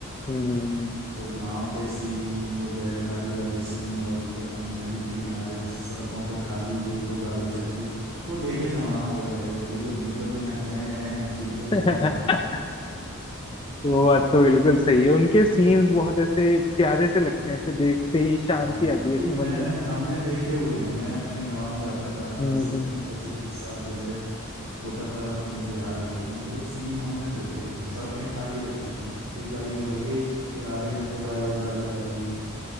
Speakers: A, on the left (about 25°); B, on the right (about 85°).
A: हम्म
B: वो गांव के सीन वो बैलगाड़ी वाले सीन और ग- नदी के किनारे सड़कों पे खाली एक दो गाड़ी चलती वो देखे जमाना हो गया भाई अभी तो निकलो तो यहाँ चै पै मची हुई है दुनिया
A: <laughs>
B: भर की
A: वो बात
B: तो
A: तो बिल्कुल
B: वो
A: सही है उनके सीन्स बहुत ऐसे प्यारे से लगते हैं ऐसे देखते ही शांति
B: अ, क्योंकि
A: आती है ऐसे
B: मैंने
A: मन में
B: हमने देखे हुए हैं मैं अपने गांव जाता था
A: हम्म
B: आज से
A: हम्म,
B: पच्चीस तीस साल पहले छोटा था तब मुझे याद है लेकिन वो सीन हमने देखे हुए हैं सड़कें खाली रहती थी एक गाड़ी निकल गई उसके आधे घंटे बाद एक गाड़ी जा रही है